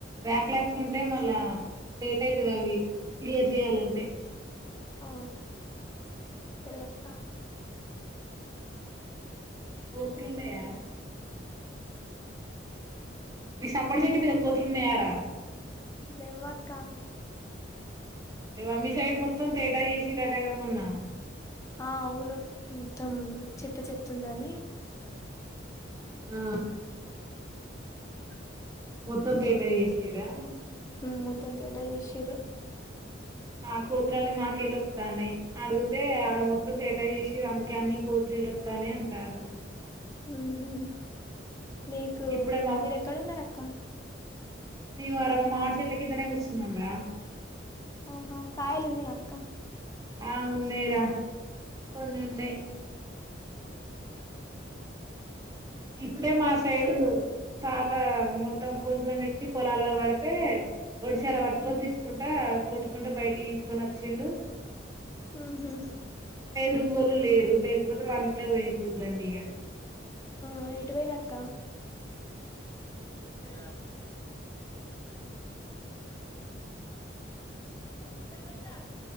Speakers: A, on the right; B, on the left.
A: బ్యాక్ లాగ్స్ ఉంటే మళ్ళా లేట్ అయితది అవి క్లియర్ చేయాలంటే
B: ఆ.. సరే వత్త
A: కోతులు ఉన్నాయా మీ సపోటా చెట్టు మీద కోతులు ఉన్నాయారా
B: లేవ్వక్క
A: ఇవ మీ సైడ్ మొత్తం తేటా చేసిర్రుటగా మొన్న
B: ఆ అవును మొత్తం చెత్త చెత్తుందని
A: ఆ
B: మాట్లాడరు
A: గుత్తొంకాయైతే చేసిర్రా
B: మ్ మొత్తం తేటా చేసిరు
A: ఆ కోతులన్ని మాకెళ్ళొత్తానాయ్ అడుగుతే ఆడ మొత్తం తేటా చేసిర్ అందుకే అన్ని కోతులిటొత్తానాయ్ అంటారు
B: మ్ హూ మీకు
A: ఇప్పుడే
B: మీరెక్కడున్నరక్కా
A: మేము అరవ మా చెట్లు కిందనే కూర్చున్నాం రా
B: ఆహా కాయలున్నయా అక్క
A: ఆ ఉన్నాయి రా కొన్ని ఉన్నాయి
B: మర <unintelligible>
A: ఇప్పుడే మా సైడు తాత మొత్తం కోజులన్నిట్టి పొలాలలో పడితే ఒడిశాల పట్టుకొని
B: హ్మ్
A: తిప్పుకుంటా కొట్టుకుంటా బయటికి తీసుకనొచ్చిండు
B: ఊహూ
A: రుంగోలు లేరు లేకపోతే వాళ్ళింట్లకు పోయినయి కోతులన్నీ ఇగ
B: ఆ ఎట్టు పోయిర్రు ఆక్క తే అ